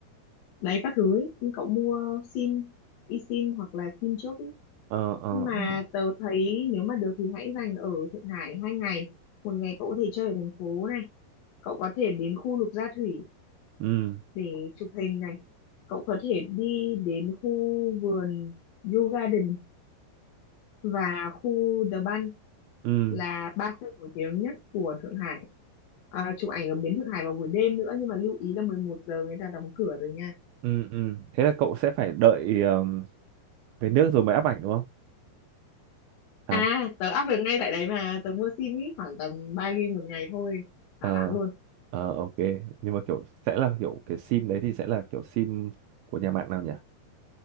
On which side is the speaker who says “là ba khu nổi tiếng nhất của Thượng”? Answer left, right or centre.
Left